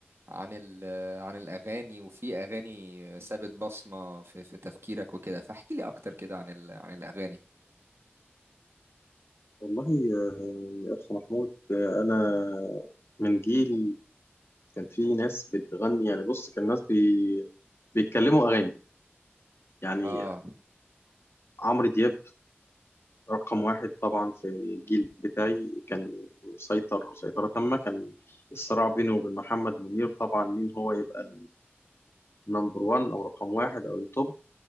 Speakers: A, on the right; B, on the left.
A: عن ال- آه، عن الأغاني وفي أغاني سابت بصمة في في تفكيرك وكده فاحكي لي أكتر كده عن ال- عن الأغاني
B: والله آه، يا أخ محمود آه، أنا من جيل كان في ناس بتغني يعني بص كان ناس بي... بيتكلموا أغاني يعني
A: آه
B: عمرو دياب رقم واحد طبعا في الجيل بتاعي كان مسيطر سيطرة تامة كان الصراع بينه وبين محمد منير طبعا مين هو يبقى النمبر وان أو رقم واحد أو التوب